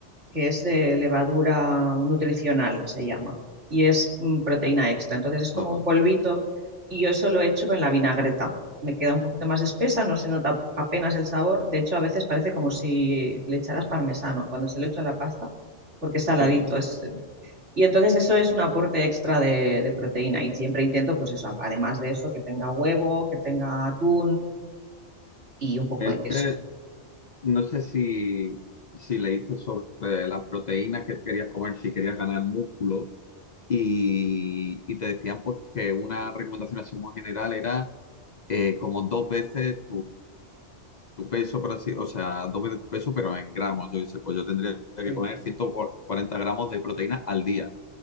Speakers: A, on the right (about 80°); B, on the left (about 50°).
A: que es de levadura nutricional, se llama, y es mm, proteína extra. Entonces es como
B: Ajá.
A: un polvito y yo eso lo he hecho con la vinagreta. Me queda un poquito más espesa, no se nota apenas el sabor. De hecho, a veces parece como si le echaras parmesano cuando se lo echo a la pasta, porque es saladito,
B: Qué bien.
A: es y entonces eso es un aporte extra de, de proteína y siempre intento, pues eso, además de eso, que tenga huevo, que tenga atún y un poco
B: Es
A: de queso.
B: que no sé si, si leíste sobre las proteínas que querías comer, si querías ganar músculo, y, y te decían pues que una recomendación así muy general era eh, como dos veces tu peso, por así, o sea, dos veces tu peso, pero en gramos. Yo dice, pues yo tendría que
A: Sí,
B: comer ciento cuarenta gramos de proteína al día.